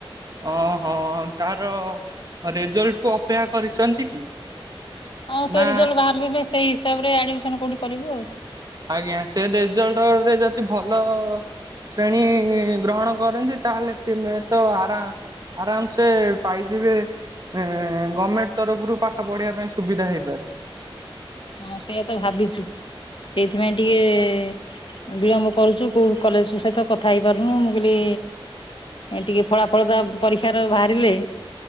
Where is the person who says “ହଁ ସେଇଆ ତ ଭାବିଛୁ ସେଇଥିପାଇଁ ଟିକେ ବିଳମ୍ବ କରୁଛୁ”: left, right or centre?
Left